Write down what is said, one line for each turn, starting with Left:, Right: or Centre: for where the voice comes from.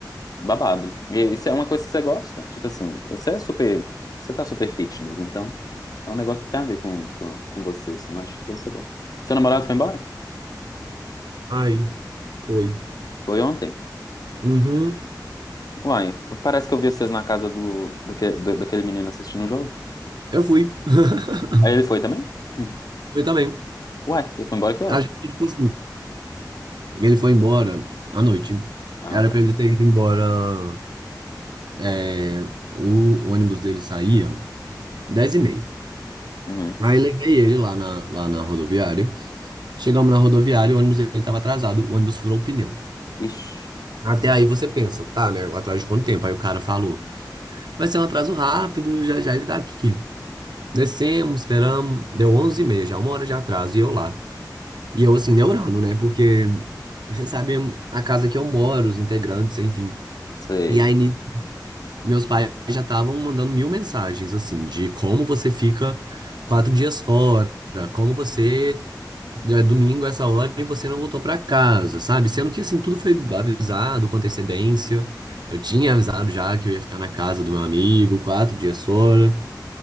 Left: Babado. E isso é uma coisa que você gosta. Tipo assim, você é super. Você tá super fitness, então é um negócio que tem a ver com, com, com você, assim. Eu acho que vai ser bom. Seu namorado foi embora?
Right: ai foi.
Left: Foi ontem?
Right: Uhum,
Left: Uai, parece que eu vi vocês na casa do, daque- do- daquele menino assistindo o jogo.
Right: eu fui. <laughs>
Left: Aí ele foi também? Hum.
Right: foi também.
Left: Uai, ele foi embora que hora?
Right: A gente, tipo assim, ele foi embora à noite.
Left: Ah,
Right: Era
Left: tá.
Right: pra ele ter ido embora. é, O ônibus dele saía dez e meio.
Left: Uhum.
Right: Aí levei ele lá na, lá na rodoviária. Chegamos na rodoviária, o ônibus dele estava atrasado, o ônibus furou o pneu.
Left: Ixi.
Right: Até
Left: Hum,
Right: aí você pensa, tá, né? Atrás de quanto tempo? Aí o cara falou, vai ser um atraso rápido, já já ele tá aqui. Descemos, esperamos, deu 11 e meia, já uma hora de atraso, e eu lá, E eu, assim, neurando, né? Porque você sabe a casa que eu moro, os integrantes, enfim.
Left: Sei.
Right: E aí, ni- meus pais já estavam mandando mil mensagens, assim, de como você fica quatro dias fora, como você. É domingo essa hora e você não voltou pra casa, sabe? Sendo que, assim, tudo foi avisado com antecedência. Eu tinha avisado já que eu ia ficar na casa do meu amigo, quatro dias fora.